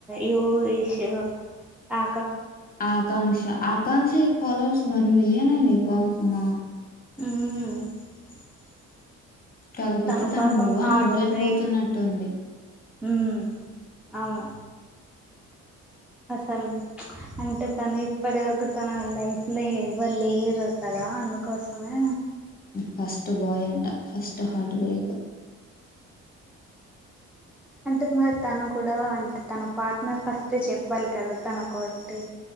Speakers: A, in the centre; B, on the left.
A: యో విషూ ఆ
B: ఆకాంక్ష ఆకాంక్ష ఇ ఫాలోవర్స్ వన్ మిలియన్ అయినయ్ వామ్మ
A: మ్
B: కాకపోతే
A: తను పాపం
B: మూవ్
A: హార్ట్
B: ఆన్ అవ్వలేకపోతున్నట్టుంది
A: బ్రేక్ హు మ్ అవును అసల్ అంటే తను ఇప్పటివరకు తన లైఫ్లో ఎవ్వరులేరు కదా అందుకోసమే
B: ఫస్ట్ బాయ్ అంటా ఫస్ట్ హార్ట్ బ్రేక్
A: అంటే మరి తను కూడా అంటే తన పార్ట్నర్ ఫస్ట్ చెప్పాలి కదా తనకోటి